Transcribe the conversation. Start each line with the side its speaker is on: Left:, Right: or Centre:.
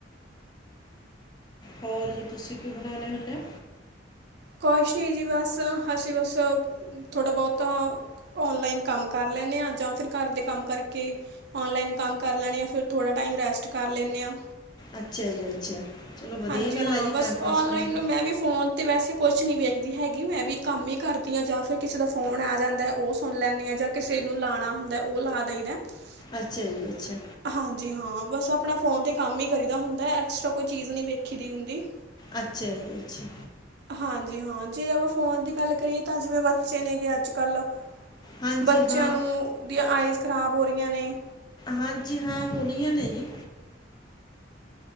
Left: ਹੋਰ ਜੀ, ਤੁਸੀਂ ਕੀ ਬਣਾਉਨੇ ਹੁੰਨੇ ਓਂ?
Right: ਕੁਸ਼ ਨਹੀਂ ਜੀ ਬਸ, ਅਸੀ ਬਸ, ਥੋੜਾ-ਬਹੁਤਾ ਔਨਲਾਈਨ ਕੰਮ ਕਰ ਲੈਂਨੇ ਆਂ, ਜਾਂ ਫਿਰ ਘਰਦੇ ਕੰਮ ਕਰਕੇ ਔਨਲਾਈਨ ਕੰਮ ਕਰ ਲੈਣੇ ਆ, ਫਿਰ ਥੋੜਾ ਟਾਈਮ ਰੈਸਟ ਕਰ ਲੈਨੇ ਆਂ।
Left: ਅੱਛਾ ਜੀ ਅੱਛਾ ਚਲੋ ਵਧੀਆ
Right: ਹਾਂਜੀ,
Left: ਗੱਲ
Right: ਹਾਂ,
Left: ਹੈ ਜੀ
Right: ਬਸ
Left: ਟਾਈਮ ਪਾਸ
Right: ਔਨਲਾਈਨ
Left: ਹੋ ਜਾਂਦਾ
Right: ਨੂੰ, ਮੈਂ ਵੀ ਫੋਨ ਤੇ, ਵੈਸੇ ਕੁਛ ਨਹੀਂ ਵੇਖਦੀ ਹੈਗੀ, ''ਮੈਂ ਵੀ ਕੰਮ ਹੀ ਕਰਦੀ ਹਾਂ, ਜਾਂ ਫਿਰ ਕਿਸੇ ਦਾ ਫੋਨ ਆ ਜਾਂਦਾ ਉਹ ਸੁਣ ਲੈਂਨੀ ਆਂ, ਜਾਂ ਕਿਸੇ ਨੂੰ ਲਾਣਾ ਹੁੰਦਾ, ਉਹ ਲਾ ਦਈਦਾ, ਤੇ
Left: ਅੱਛਾ ਜੀ, ਅੱਛਾ।
Right: ਹਾਂਜੀ-ਹਾਂ, ਬਸ ਆਪਣਾ ਫ਼ੋਨ 'ਤੇ ਕੰਮ ਹੀ ਕਰੀਦਾ ਹੁੰਦਾ, ਐਕਸਟਰਾ ਕੋਈ ਚੀਜ਼ ਨਹੀਂ ਵੇਖੀਦੀ ਹੁੰਦੀ।
Left: ਅੱਛਾ ਜੀ, ਅੱਛਾ।
Right: ਹਾਂਜੀ, ਹਾਂ, ਜੇ ਆਪਾਂ ਫੋਨ ਦੀ ਗੱਲ ਕਰੀਏ ਤਾਂ ਜਿਵੇਂ ਬੱਚੇ ਨੇਂਗੇ ਅੱਜ-ਕੱਲ
Left: ਹਾਂਜੀ
Right: ਬੱਚਿਆਂ
Left: ਹਾਂ
Right: ਨੂੰ, ਓਦੀਆਂ ਆਈਜ਼ ਖ਼ਰਾਬ ਹੋ ਰਹੀਆਂ ਨੇ।
Left: ਹਾਂਜੀ ਹਾਂ ਹੋ ਰੀਆਂ ਨੇ ਜੀ।